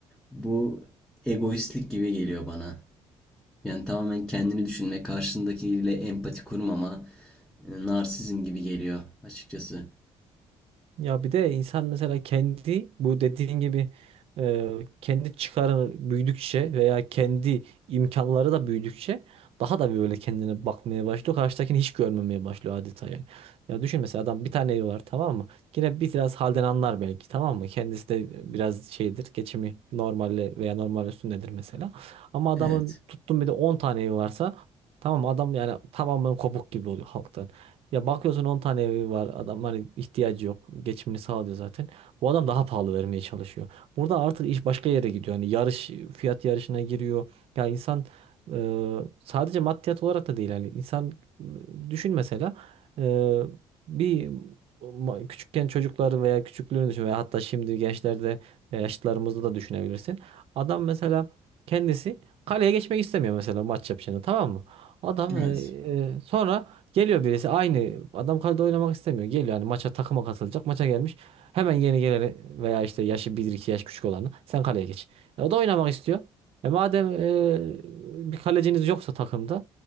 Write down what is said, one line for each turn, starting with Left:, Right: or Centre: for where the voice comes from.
Centre: bu egoistlik gibi geliyor bana. Yani tamamen kendini düşünme, karşındakiyle empati kurmama, e, narsizm gibi geliyor açıkçası.
Right: Ya bir de insan mesela kendi bu dediğin gibi e, kendi çıkarı büyüdükçe veya kendi imkanları da büyüdükçe daha da böyle kendine bakmaya başlıyor. Karşıdakini hiç görmemeye başlıyor adeta yani. Ya düşün mesela adam bir tane evi var tamam mı? Yine biraz halden anlar belki tamam mı? Kendisi de biraz şeydir geçimi normalle veya normal üstündedir mesela. Ama adamın
Centre: Evet.
Right: tuttum bir de 10 tane evi varsa tamam mı? adam yani tamamen kopuk gibi oluyor halkta. Ya bakıyorsun 10 tane evi var adam hani ihtiyacı yok. Geçimini sağlıyor zaten. Bu adam daha pahalı vermeye çalışıyor. Burada artık iş başka yere gidiyor. Hani yarış fiyat yarışına giriyor. Ya insan e, sadece maddiyat olarak da değil yani insan e, düşün mesela e, bir ma- küçükken çocukları veya küçüklüğünü düşün veya hatta şimdi gençlerde veya yaşlılarımızda da düşünebilirsin. Adam mesela kendisi kaleye geçmek istemiyor mesela maç yapacağını tamam mı? Adam
Centre: Evet.
Right: e, e, sonra Geliyor birisi aynı adam kalede oynamak istemiyor. Geliyor hani maça takıma katılacak. Maça gelmiş. Hemen yeni geleni veya işte yaşı bir iki yaş küçük olanı sen kaleye geç. E, o da oynamak istiyor. E madem e, bir kaleciniz yoksa takımda